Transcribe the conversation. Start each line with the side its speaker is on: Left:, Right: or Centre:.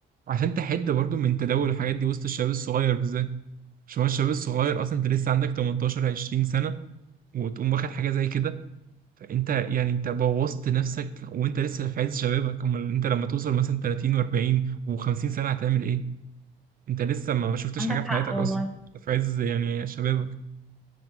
Right: عشان تحد برضو من تداول الحاجات دي وسط الشباب الصغير بالذات عشان هو الشباب الصغير اصلا انت لسه عندك 18 20 سنه وتقوم واخد حاجه زي كده فانت يعني انت بوظت نفسك وانت لسه في عز شبابك امال انت لما توصل مثلا 30 و40 و50 سنه هتعمل ايه انت لسه ما شفتش
Centre: عندك
Right: حاجه في
Centre: حق
Right: حياتك
Centre: والله
Right: اصلا في عز يعني شبابك